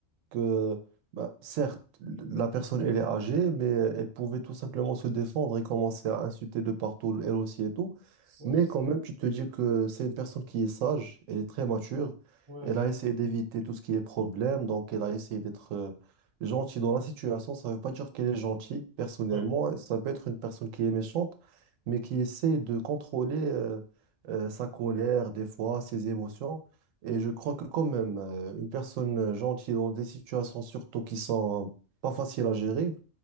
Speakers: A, on the right (about 90°); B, on the right (about 30°).
A: que bah, certes, la personne, elle est âgée, mais elle pouvait tout simplement se défendre et commencer à insulter de partout, elle aussi et tout.
B: ouais,
A: Mais quand même, tu te dis que c'est une personne qui est sage, elle est très mature,
B: ouais,
A: elle
B: c'est-
A: a essayé d'éviter tout ce qui est problème, donc elle a essayé d'être euh, gentille dans la situation. Ça ne veut pas dire qu'elle est gentille, personnellement,
B: ouais,
A: hein. ça peut être une personne qui est méchante, mais qui essaie de contrôler euh, euh, sa colère, des fois, ses émotions. Et je crois que quand même, euh, une personne euh, gentille dans des situations surtout qui sont euh, pas faciles à gérer,